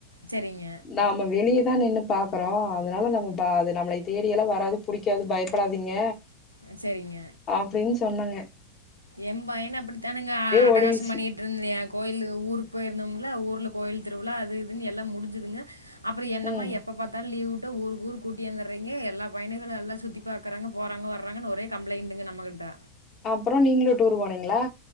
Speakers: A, on the right; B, on the left.
A: செரிங்க
B: நாம வெளியதா நின்னு பாக்கறோ அதனால நம்ம ப அது நம்மளை தேடி எல்லா வராது புடிக்காது பயப்படாதீங்க
A: அ சேரிங்க
B: அப்டின் சொன்னங்க
A: என் பையன அப்புடித்தானங்க அட்டகாசம்
B: ஓடிடுச்சு
A: பண்ணிட் இருந்தியே கோயிலுக்கு ஊருக் போயிருந்தோம்ல ஊர்ல கோயில் திருவுழா அது இதுன் எல்லா முடுஞ்சுதுங்க அப்புறோ என்னமா
B: ம்
A: எப் எப்ப பாத்தாலு லீவ் உட்டா ஊருக்கு ஊருக்கு கூட்டியாந்துர்றீங்க எல்லா பையனுகளு எல்லா சுத்தி பாக்கறாங்க போறாங்க வராங்கன் ஒரே கம்ப்ளைண்ட்டுங்க நம்மகிட்ட
B: அப்புறோ நீங்களு டூரு போனீங்களா